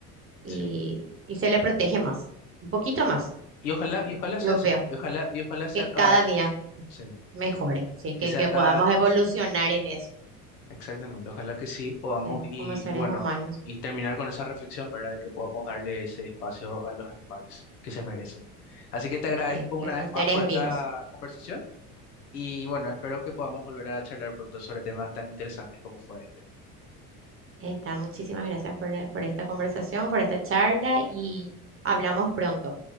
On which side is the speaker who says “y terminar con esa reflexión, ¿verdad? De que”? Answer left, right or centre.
Left